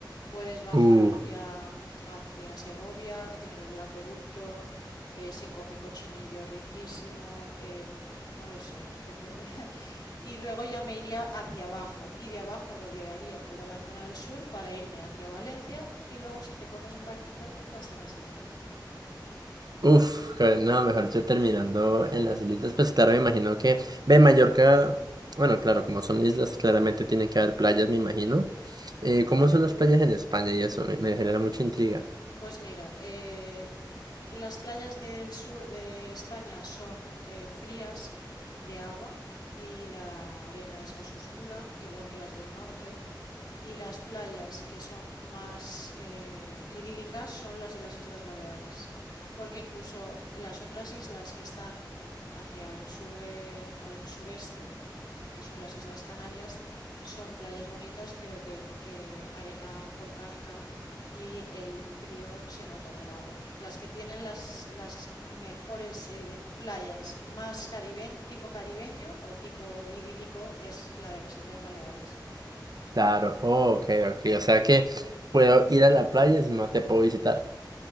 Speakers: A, on the left (about 60°); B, on the right (about 55°).
A: Puedes bajar
B: Uh,
A: hacia, hacia Segovia, que tiene el acueducto, eh, se come cochinillo riquísimo, eh, pf, no lo sé. come- <laughs> Y luego ya me iría hacia abajo y de abajo rodearía toda la zona del sur para irme hacia Valencia y luego si te coges un barquito te vas a las islas.
B: uf, que- no, mejor yo terminando en las islitas, pues claro, me imagino que. Ve, Mallorca, bueno, claro, como son islas, claramente tienen que haber playas, me imagino. Eh, ¿cómo son las playas en España y eso? me me genera mucha intriga.
A: Pues mira, eh, las playas del sur de España son eh, frías de agua y la arena es más oscura, igual que las del norte. y las playas que son más eh, idílicas son las de las Islas Baleares, porque incluso las otras islas que están mm, hacia el sur de, al sureste, que son las Islas Canarias, son playas bonitas, pero de eh, arena volcánica y el frío se nota en el agua. Las que tienen las, las mejores eh, playas más caribeño, tipo caribeño o tipo idílico es la de las Islas Baleares.
B: Claro, oh, ok, ok. O sea que puedo ir a la playa y si no te puedo visitar.